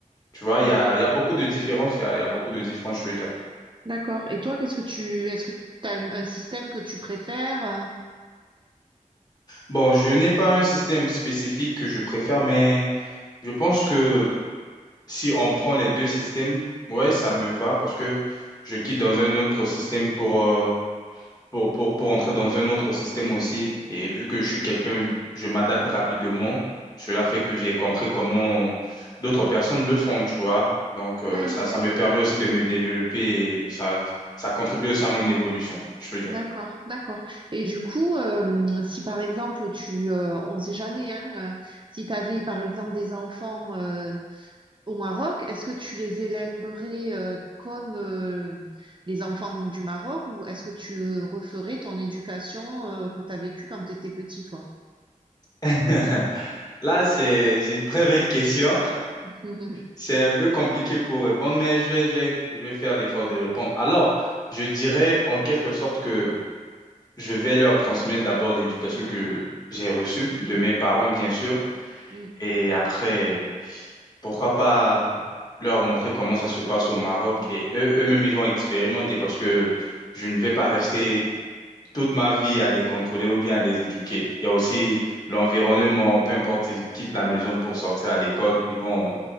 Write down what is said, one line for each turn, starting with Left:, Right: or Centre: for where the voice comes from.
Left: Tu vois,
Right: D'accord.
Left: il y a, il y a beaucoup de différences, il y a, il y a beaucoup de différences, je veux dire.
Right: D'accord. Et toi, qu'est-ce que tu, est-ce que tu as un, un système que tu préfères? euh
Left: Bon, je n'ai pas un système spécifique que je préfère, mais je pense que Si on prend les deux systèmes, ouais, ça me va parce que je quitte dans un autre système pour, euh, pour, pour, pour entrer dans un autre système aussi. Et vu que je suis quelqu'un, je m'adapte rapidement. Cela
Right: Mhm.
Left: fait que j'ai compris comment d'autres personnes le font, tu vois. Donc,
Right: Ouais,
Left: euh, ça,
Right: ouais, ouais.
Left: ça me permet aussi de me développer et ça, ça contribue aussi à mon évolution, je veux dire.
Right: D'accord, d'accord. Et du coup, euh, si par exemple tu, euh, on ne sait jamais, hein, euh, si tu avais par exemple des enfants. euh, Au Maroc, est-ce que tu les élèverais euh, comme euh, les enfants du Maroc ou est-ce que tu euh, referais ton éducation euh, que tu as vécue quand tu étais petit, toi?
Left: <laughs> Là, c'est, c'est une très belle question.
Right: <laughs>
Left: C'est un peu compliqué pour répondre, mais je vais, je vais- je vais faire l'effort de répondre. Alors, je dirais en quelque sorte que je vais leur transmettre d'abord l'éducation que j'ai reçue de mes parents, bien sûr,
Right: Mm,
Left: et après, pourquoi pas leur montrer comment ça se passe au Maroc et eux, eux-mêmes, ils vont expérimenter parce que je ne vais pas rester toute ma vie à les contrôler ou bien à les éduquer. Il y a aussi l'environnement, peu importe, ils quittent la maison pour sortir à l'école, ils vont,